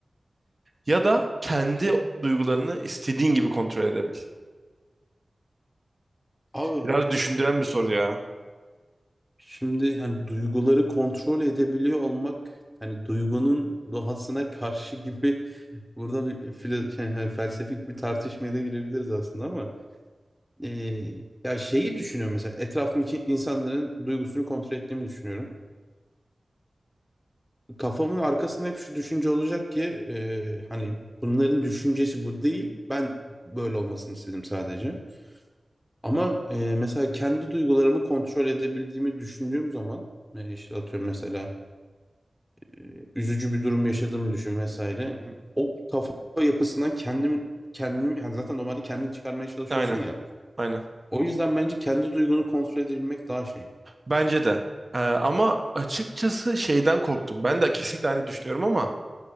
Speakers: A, on the right; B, in the centre.
A: ya da kendi duygularını istediğin gibi kontrol edebil.
B: Abi
A: Biraz düşündüren bir soru ya.
B: şimdi hani duyguları kontrol edebiliyor olmak hani duygunun doğasına karşı gibi <laughs> burada bir filo- şey, hani felsefik bir tartışmaya da girebiliriz aslında ama Ee, ya şeyi düşünüyorum mesela etrafımdaki insanların duygusunu kontrol ettiğimi düşünüyorum. Kafamın arkasında hep şu düşünce olacak ki e, hani bunların düşüncesi bu değil. Ben böyle olmasını istedim sadece. Ama e, mesela kendi duygularımı kontrol edebildiğimi düşündüğüm zaman e, işte atıyorum mesela e, üzücü bir durum yaşadığımı düşün vesaire.
A: Hı hı.
B: O kafa yapısından kendim kendim yani zaten normalde kendini çıkarmaya çalışıyorsun
A: Aynen,
B: ya.
A: aynen.
B: O yüzden bence kendi duygunu kontrol edebilmek daha şey.
A: Bence de. Ee, ama açıkçası şeyden korktum. Ben de kesinlikle aynı düşünüyorum ama